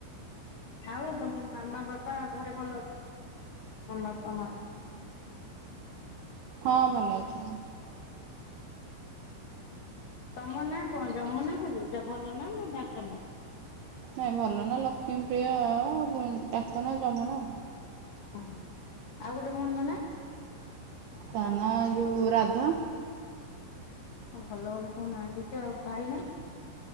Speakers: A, on the left; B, on the right.
A: ଆଉ ତମ ମାମା ବାବା ଘରେ ଭଲ ଅଛନ୍ତି ସବୁ । ତମ ବାପା ମାଆ। <inaudible>
B: ହଁ ଭଲ ଅଛନ୍ତି।
A: ତମ ନା କଣ ଯମୁନା ଖାଲି, ଏଇଟା ଭଲ ନାଁ ନା ଡାକ ନାଁ।
B: ନାଇଁ ଭଲ ନା ଲକ୍ଷ୍ମୀପ୍ରିୟା। ଡାକ ନା ଯମୁନା ଆଉ।
A: ଆ ଆଉ ଗୋଟେ ଭଉଣୀ ଙ୍କ ନାଁ।
B: ତା ନା ଯୋଉ ରାଧା,
A: ଭଲ ଭଲ ସବୁ ନାଁ ଦେଇଚ ଆଉ। ଭାଇ ନାଁ,